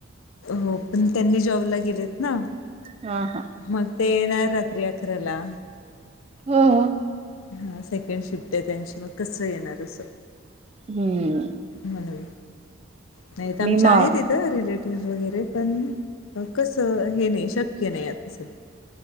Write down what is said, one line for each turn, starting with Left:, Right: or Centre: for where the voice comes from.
Left: हो पण त्यांनी जॉबला गेलेत ना
Right: हा हा
Left: मग ते येणार रात्री अकराला
Right: हो हो
Left: हा सेकंड शिफ्ट आहे त्यांची मग कसं येणार असं
Right: हम्म
Left: म्हणून. नाहीत आमच्या
Right: मी म हा
Left: आहेत इथं रिलेटिव्हज वगैरे पण कसं हे नाही शक्य नाही आता सध्या